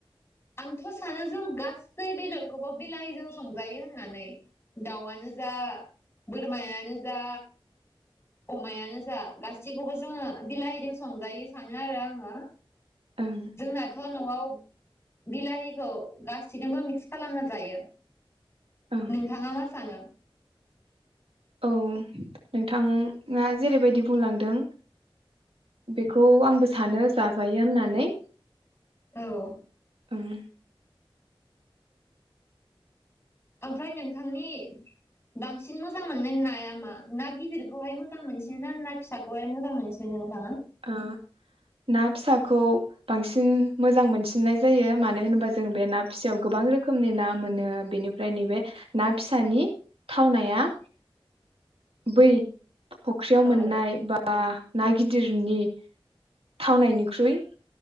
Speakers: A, on the left; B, on the right.
A: आंथ' सानो जों गासै बेदरखौबो बिलाहिजों संजायो होननानै दाउआनो जा बोरमायानो जा अमायानो जा गासैखौबो जोङो बिलाहिजों संजायो सानो आरो आङो।
B: ओं
A: जोंनाथ'न न'आव बिलाहिखौ गासिजोंबो मिक्स खालामना जायो।
B: ओं
A: नोंथाङा मास सानो
B: अ नोंथाङा जेरैबायदि बुंलांदों बेखौ आंबो सानो जाजायो होननानै।
A: औ
B: ओं
A: ओमफ्राय नोंथांनि बांसिन मोजां मोननाय नाया मा ना गिदिरखौहाय मोजां मोनसिनोना ना फिसाखौहाय मोजां मोनसिनो नोंथाङा?
B: ओ ना फिसाखौ बांसिन मोजां मोनसिननाय जायो मानो होनोबा जों बे ना फिसायाव गोबां रोखोमनि ना मोनो बेनिफ्राय नैबे ना फिसानि थावनाया बै फख्रियाव मोननाय
A: औ
B: बा ओ ना गिदिर दिरनि थावनायनिख्रुइ